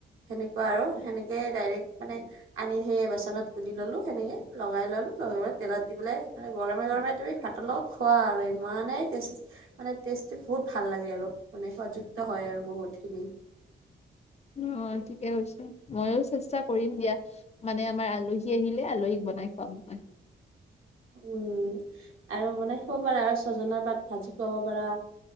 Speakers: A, on the right; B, on the left.
A: সেনেকুৱা আৰু সেনেকেই ডাইৰেক্ট মানে আনি সেই বেচনত গুলি ললো সেনেকে লগাই ললো লগাই পেলাই তেলত দি পেলাই গৰমে গৰমে তুমি ভাতৰ লগত খোৱা আৰু ইমানেই টেষ্টি মানে টেষ্ট বহুত ভাল লাগে আৰু মানে সুবাদ যুক্ত হয় আৰু বহুত খিনি
B: অ ঠিকে কৈছা ময়ো চেষ্টা কৰিম দিয়া মানে আমাৰ আলহী আহিলে আলহীক বনাই খোৱাম মই
A: উম আৰু বনাই খাব পাৰা আৰু ছজনাৰ পাত ভাজি খুৱাব পাৰা